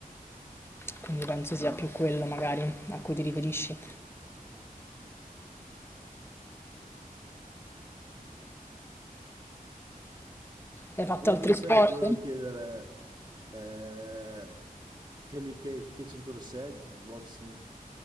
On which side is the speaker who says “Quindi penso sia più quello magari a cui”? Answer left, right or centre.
Left